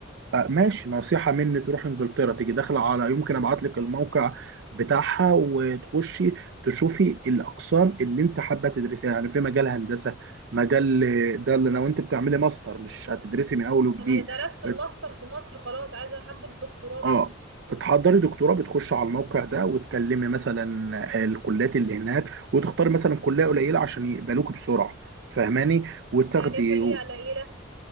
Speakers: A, on the right (about 60°); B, on the right (about 80°).
A: آه، ماشي نصيحة مني تروح انجلترا تيجي داخلة على يمكن ابعت لك الموقع بتاعها وتخشي تشوفي الاقسام اللي انت حابة تدرسيها يعني في مجال هندسة مجال آه، ده اللي لو انت بتعملي ماستر مش هتدرسي من اول وجديد
B: انا درست
A: بت...
B: الماستر في مصر خلاص عايزه احضر الدكتوراه بقى
A: اه بتحضري دكتوراه بتخش على الموقع ده وتكلمي مثلا آه، الكليات اللي هناك وتختاري مثلا كلية قليلة عشان يقبلوك بسرعة فاهماني وتاخدي
B: يعني ايه كليه قليله